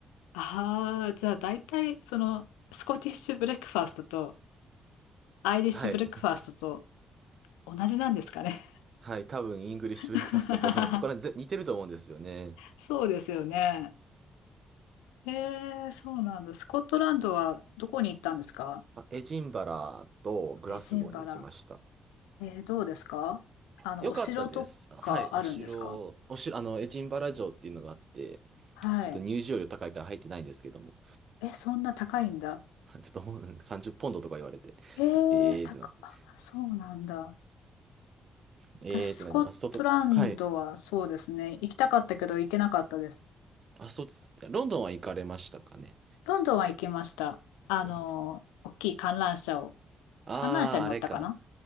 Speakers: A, on the left; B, on the right.
A: ああ、じゃあ大体、その、スコティッシュブレックファーストと、アイリッシュブレックファーストと
B: はい。
A: 同じなんですかね。
B: はい。多分、イングリッシュブレックファストと多分そこら辺ぜ似てると思うんですよね。
A: <laughs> そうですよね。ええ、そうなんだ。スコットランドはどこに行ったんですか
B: あエジンバラとグラスゴーに行きました。
A: エジンバラ。えー、どうですかあの、
B: よかったです。
A: お城とかあるんですか
B: はい、お城、お城、あの、エジンバラ城っていうのがあって、
A: はい。
B: ちょっと入場料高いから入ってないんですけども、
A: え、そんな高いんだ。
B: <laughs> ちょっともう30ポンドとか言われて、
A: ええ、
B: <laughs> ええーってなって、
A: 高、あそうなんだ。
B: ええーってなってます。
A: 私、スコットランドはそうですね。
B: 外、はい。
A: 行きたかったけど行けなかったです。
B: あ、そうです。ロンドンは行かれましたかね。
A: ロンドンは行きました。
B: ですよね。
A: あの、大きい観覧車を、
B: ああ、
A: 観覧車に乗ったかな
B: あれか。